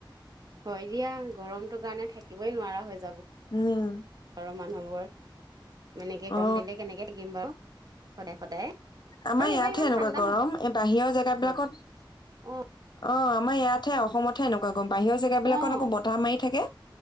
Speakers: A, on the right; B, on the left.
A: হয় দিয়া গৰমটো কাৰণে থাকিবই নোৱাৰা হৈ হৈছে।
B: উম।
A: আৰু মানুহবোৰ এনেকে গম
B: অ
A: দিলে কেনেকে থাকিম বাৰু? সদায় সদায়।
B: আমাৰ
A: আৰু এইবাৰ
B: ইয়াতহে
A: ইমান
B: এনেকুৱা
A: ঠাণ্ডা
B: গৰম এই বাহিৰৰ জেগাবলাকত
A: নপৰিল অ
B: অ আমাৰ ইয়াত অসমতহে এনেকুৱা গৰ ম বাহিৰৰ জেগা বিলাকত
A: অ
B: আকৌ বতাহ মাৰি থাকে।